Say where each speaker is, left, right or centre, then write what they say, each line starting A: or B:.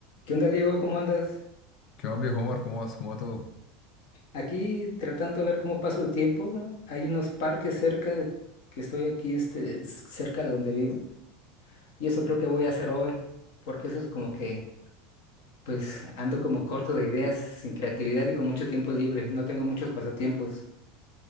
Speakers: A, on the left; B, on the left.
A: ¿Qué onda, Diego? ¿Cómo andas?
B: ¿Qué más, viejo Omar? ¿Cómo vas? ¿Cómo va todo?
A: Aquí tratando de ver cómo paso el tiempo. Hay unos parques cerca de que estoy aquí, este, s- cerca de donde vivo. Y eso creo que voy a hacer hoy, porque eso es como que, pues, ando como corto de ideas, sin creatividad y con mucho tiempo libre. No tengo muchos pasatiempos.